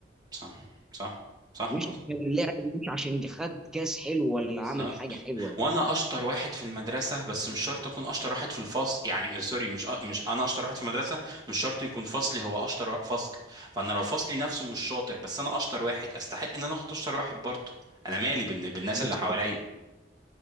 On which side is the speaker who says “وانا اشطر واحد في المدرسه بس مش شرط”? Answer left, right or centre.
Right